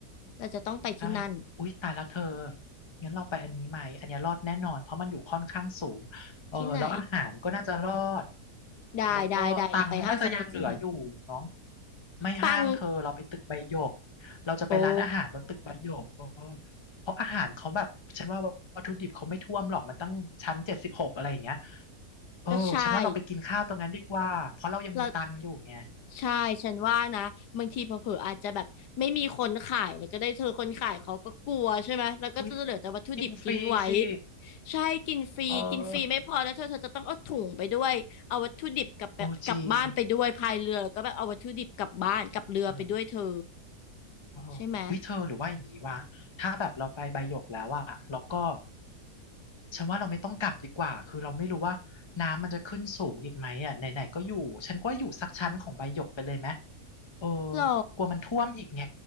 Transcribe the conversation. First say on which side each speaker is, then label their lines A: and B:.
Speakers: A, on the left; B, on the left.
A: เราจะต้องไปที่นั่น
B: ใช่อุ๊ยตายแล้วเธอ งั้นเราไปอันนี้ไหมอันเนี้ยรอดแน่นอนเพราะมันอยู่ค่อนข้างสูงเออแล้วอาหารก็น่าจะรอด
A: ที่ไหนได้ได้ได้เราไปห้างสรรพสินค้า
B: แล้วก็ตังค์เราน่าจะยังเหลืออยู่เนาะไม่ห้างเธอเราไปตึกใบหยก
A: ตัง
B: เราจะไปร้านอาหารบนตึกใบหยกเออ
A: โอ้
B: เพราะอาหารเขาแบบฉันว่าวัตถุดิบเขาไม่ท่วมหรอกมันตั้งชั้นเจ็ดสิบหกอะไรอย่างเงี้ย เออฉันว่าเราไปกินข้าวตรงนั้นดีกว่าเพราะเรายังมีตังค์อยู่ไง
A: ก็ใช่ แล้วใช่ฉันว่านะบางทีเผลอๆอาจจะแบบไม่มีคนขายแล้วก็ได้เธอคนขายเขาก็กลัวใช่ไหมแล้วก็จะเหลือแต่วัตถุดิบทิ้งไว้
B: อุ้ยกินฟรีสิ
A: ใช่กินฟรีกินฟรีไม่พอนะเธอเธอจะต้องเอาถุงไปด้วยเอาวัตถุดิบกลับไปกลับบ้านไปด้วยพายเรือแล้วก็แบบเอาวัตถุดิบกลับบ้านกลับเรือไปด้วยเธอ
B: เออโอ้จริงเออ เออเฮเธอหรือว่าอย่างนี้วะถ้าแบบเราไปใบหยกแล้วอะเราก็
A: ใช่ไหม
B: ฉันว่าเราไม่ต้องกลับดีกว่าคือเราไม่รู้ว่าน้ำมันจะขึ้นสูงอีกไหมอะไหนๆก็อยู่ฉันก็อยู่สักชั้นของใบหยกไปเลยไหมเออ
A: หรอ
B: กลัวมันท่วมอีกไง